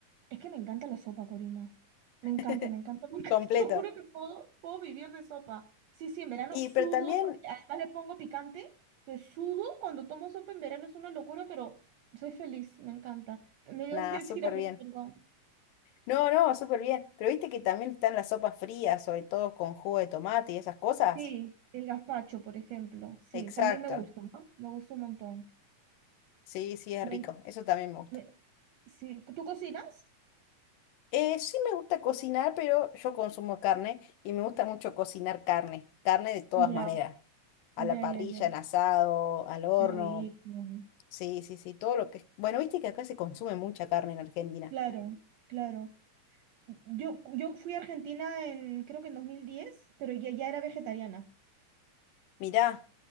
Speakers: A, on the right; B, on the left.
A: Es que me encanta la sopa, Corina. Me
B: <laughs>
A: encanta, me encanta, <laughs> me encanta.
B: completo.
A: Te lo juro que puedo, puedo vivir de sopa. Sí, sí, en verano
B: Y
A: sudo,
B: pero también,
A: porque además le pongo picante. Entonces sudo cuando tomo sopa en verano, es una locura, pero soy feliz, me encanta. Me dio
B: nada,
A: a <laughs> decir
B: súper
A: algo,
B: bien.
A: perdón.
B: No, no, súper bien. Pero viste que también están las sopas frías, sobre todo con jugo de tomate y esas cosas.
A: Sí, el gazpacho, por ejemplo. Sí,
B: Exacto.
A: también me gusta, ¿no? Me gusta un montón.
B: Sí, sí, es
A: Me-
B: rico. Eso también me gusta.
A: me- sí. ¿Tú cocinas?
B: Eh, sí me gusta cocinar, pero yo consumo carne y me gusta mucho cocinar carne. Carne de todas
A: Ya,
B: maneras. A
A: ya,
B: la parrilla,
A: ya, ya.
B: en asado, al horno.
A: Qué rico.
B: Sí, sí, sí, todo lo que... es Bueno, viste que acá se consume mucha carne en Argentina.
A: Claro, claro. Yo, yo fui a Argentina en, creo que en 2010 pero ya, ya era vegetariana.
B: Mirá,